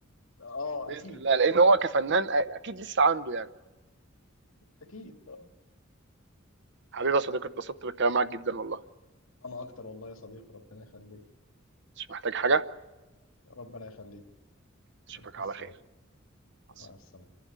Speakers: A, on the left; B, on the right.
A: اه
B: باذن
A: اكيد
B: الله لان هو
A: مم.
B: كفنان اكيد لسه عنده يعني
A: اكيد آه.
B: حبيبي يا صديقي اتبسطت بالكلام معاك جدا والله
A: انا اكتر والله يا صديقي ربنا يخليك
B: مش محتاج حاجه
A: ربنا يخليك
B: اشوفك
A: مع السلامه
B: على خير مع السلامة.
A: مع السلامه